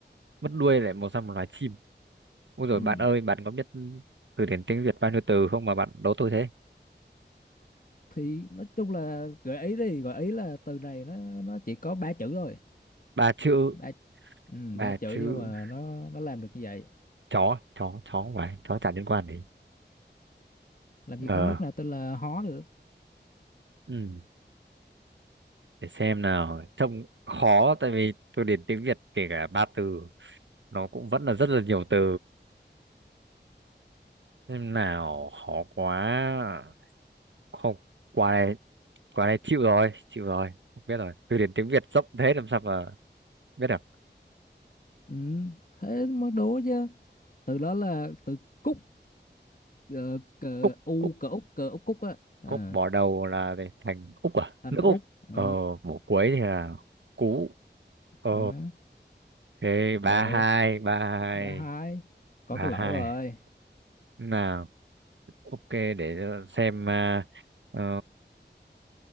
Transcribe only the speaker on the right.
mất đuôi lại mọc ra một loài chim ôi rồi
bạn ơi bạn có biết từ điển tiếng Việt bao nhiêu từ không mà bạn đố tôi thế
ba chữ
ba
chữ
chó chó chó không phải chó chả liên quan gì
ờ
ừ, để xem nào trông khó tại vì từ điển tiếng Việt kể cả ba từ nó cũng vẫn là rất là nhiều từ xem nào khó quá không qua đây qua đây chịu rồi chịu rồi không biết rồi từ điển tiếng Việt rộng thế làm sao mà biết được
cúc
cúc
Cúc bỏ đầu là về thành Úc à
nước
Úc
ờ bỏ cuối thì là Cú ờ
thế ba
hai ba hai
ba
hai
nào ok để xem à, ờ,